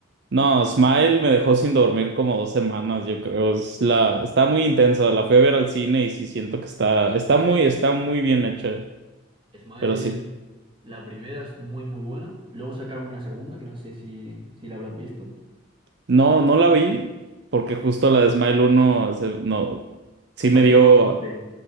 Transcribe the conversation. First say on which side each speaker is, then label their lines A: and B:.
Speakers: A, on the right; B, on the right.
A: no, Smile me dejó sin dormir como dos semanas, yo creo. Es la, está muy intensa, la fui a ver al cine y sí siento que está, está muy, está muy bien hecha.
B: Smile,
A: Pero sí,
B: la primera es muy, muy buena. Luego sacaron una segunda que no sé si, si la habrás visto.
A: no, no la vi porque justo la de Smile uno se- no, sí
B: ¿Te
A: me
B: pareció
A: dio,
B: fuerte?